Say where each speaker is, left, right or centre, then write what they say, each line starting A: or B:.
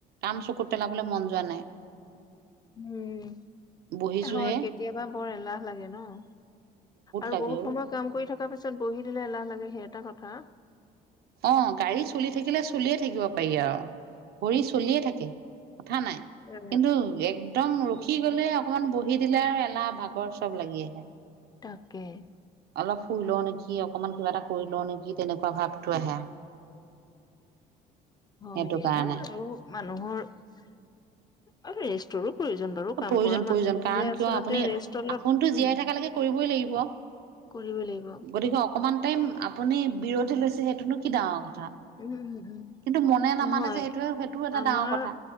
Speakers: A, on the right; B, on the left.
A: কাম চকুত পেলাবলৈ মন যোৱা নাই।
B: উম
A: বহিছোহে
B: হয় কেতিয়াবা বৰ এলাহ লাগে। ন- আৰু
A: লাগে
B: বহুত
A: অ।
B: সময় কাম কৰি থকাৰ পিছত বহি দিলে এলাহ লাগে সেই এটা কথা।
A: অ গাড়ী চলি থাকিলে চলিয়ে থাকিব পাৰি আৰু ভৰি চলিয়ে থাকে কথা নাই
B: এ
A: কিন্তু একদম ৰখি গলে অকমান বহি দিলে আৰু এলাহ ভাগৰ চব লাগি আহে
B: তাকে-
A: অলপ শুই লও নেকি অকমান কিবা এটা কৰি লও নেকি তেনেকুৱা ভাৱটো আহে- <inaudible>
B: হয়
A: সেইটো
B: দিয়া
A: কাৰণে।
B: ন আৰু মানুহৰ আৰু ৰেষ্ট- প্ৰয়োজন বাৰু
A: প্ৰয়োজন
B: কাম কৰাৰ
A: প্ৰয়োজন
B: মাজে মাজে
A: কাৰণ কিয়
B: আচলতে
A: আপুনি
B: ৰেষ্ট অলপ
A: আপোনটো জীয়াই
B: উম
A: থকালৈকে কৰিবই লাগিব।
B: কৰিব লাগিব।
A: গতিকে অকমান টাইম আপুনি বিৰতি লৈছে সেইটোনো কি ডাঙৰ কথা।
B: উম উম উম
A: কিন্তু মনে নামানে
B: নহয়।
A: যে সেইটোৱে সেইটোও এটা
B: আমাৰ
A: ডাঙৰ কথা।